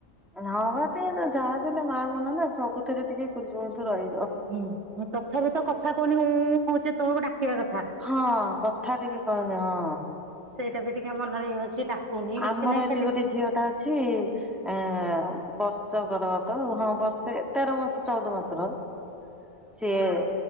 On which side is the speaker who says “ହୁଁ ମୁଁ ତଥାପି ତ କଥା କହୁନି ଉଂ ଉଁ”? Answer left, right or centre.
Right